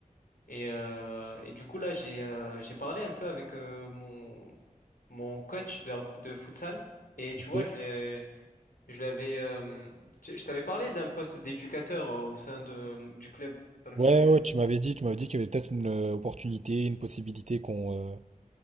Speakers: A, on the left; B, on the right.
A: Et, euh, et du coup, là, j'ai euh, j'ai parlé un peu avec euh, mon, mon coach de, de futsal. Et tu
B: ok.
A: vois, je l'ai, je l'avais, euh, tu- je t'avais parlé d'un poste d'éducateur euh, au sein de, du club dans lequel
B: Ouais,
A: je
B: ouais,
A: joue.
B: tu m'avais dit, tu m'avais dit qu'il y avait peut-être une euh, opportunité, une possibilité qu'on, euh,